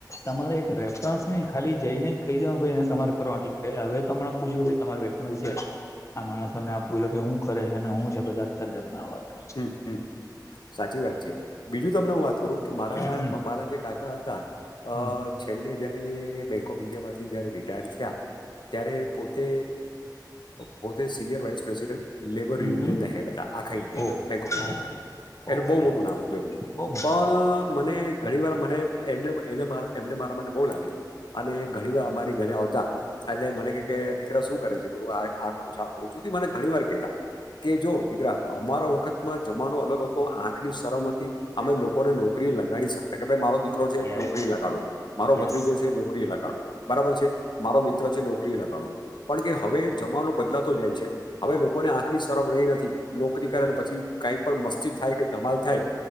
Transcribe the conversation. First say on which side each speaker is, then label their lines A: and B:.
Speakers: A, on the left; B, on the left.
A: તમારે એક રેફરન્સ નહી ખાલી જઈને કહી દે તમારે કરો એટલે હવે તોમને પૂછ્યું તમારે <unintelligible> આ માણસ તમને આપું એઈલો કે હું કરે છે ને હું છે બધા અતર જાતના હવાલ કર
B: હમ, સાચી વાત છે બીજું તમને હું વાત કરું કે મારા
A: હમ
B: મારા જે કાકા હતા. અ
A: હમ
B: છેલ્લે જયારે બેંક ઓફ ઈન્ડિયા માંથી જયારે રિટાયર્ડ થયા. ત્યારે પોતે પોતે સિનિયર વાઇસ પ્રેસિડેન્ટ. લેબર
A: હમ
B: યુનિયન
A: હમ
B: ના હેડ હતા આખા ઇન્ડિયાના.
A: ઓ
B: કોપ ઇન્ડિયાના
A: ઓકે
B: એટલે
A: ઓકે
B: બો મોટુ નામ હતું એમનું
A: બહુ મજા
B: પણ મને ઘણી પણ એમને મારા માટે બઉ લાગણી અને ઘણી વાર અમારી ઘરે આવતા એટલે મને કે દીકરા શું કરે છે આ કરું છું આ કરું છું મને ઘણી વાર કેતા કે જો દીકરા અમારો વખત માં જમાનો અલગ હતો આંખ ની શરમ હતી અમે લોકોને નોકરી લગાડી શક કે ભાઈ મારો દીકરો છે
A: યસ
B: નોકરી લગાડો મારો ભત્રીજો
A: યસ
B: છે, નોકરી લગાડો બરાબર છે મારો મિત્ર છે નોકરી લગાડો પણ કે હવે જમાનો બદલાતો જાય છે.
A: હા
B: હવે લોકોને આંખની શરમ રહી નથી નોકરી કરે
A: હા
B: પછી. કંઈ પણ મસ્તી થાય કે ધમાલ થાય